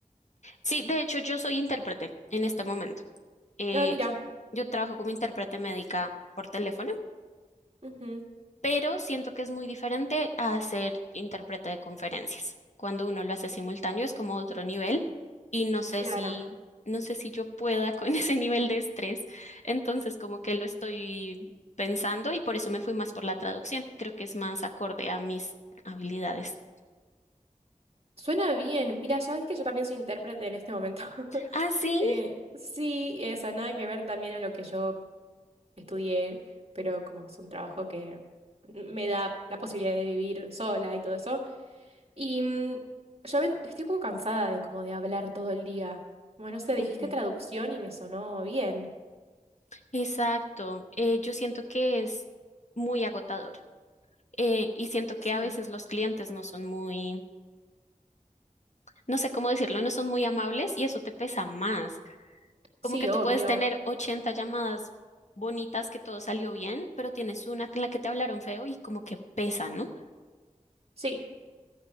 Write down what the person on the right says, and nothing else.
Ah, mira,
ujú,
claro.
Suena bien. Mira, sabes que yo también soy intérprete en este momento. <laughs>
Eh, sí, esa nada que ver también a lo que yo estudié, pero como es un trabajo que me da la posibilidad de vivir sola y todo eso, Y mm, yo ven- estoy un poco cansada de como de hablar todo el día. Bueno, no sé,
dijiste traducción y me sonó bien.
Sí,
sí,
obvio.
Sí,